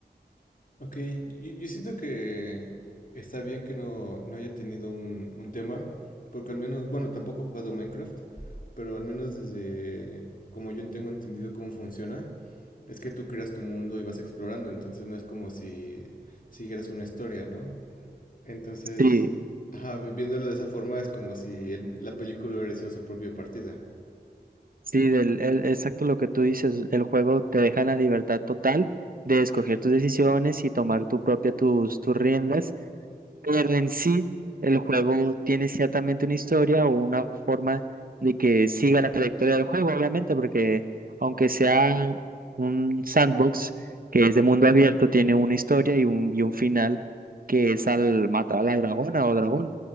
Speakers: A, on the left (about 50°); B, on the right (about 55°).
A: Ok, yo, yo siento que está bien que no, no haya tenido un, un tema, porque al menos, bueno, tampoco he jugado Minecraft, pero al menos desde como yo tengo entendido cómo funciona, es que tú creas tu mundo y vas explorando, entonces no es como si siguieras una historia, ¿no? Entonces,
B: Sí,
A: ajá, vi- viéndolo de esa forma es como si el- la película hubiera sido su propia partida.
B: sí, del, el- exacto lo que tú dices, el juego te deja la libertad total de escoger tus decisiones y tomar tu propia, tus, tus riendas Pero en sí, el juego tiene ciertamente una historia o una forma de que siga la trayectoria del juego, obviamente, porque aunque sea un sandbox que es de mundo abierto, tiene una historia y un, y un final que es al matar a la dragona o dragón.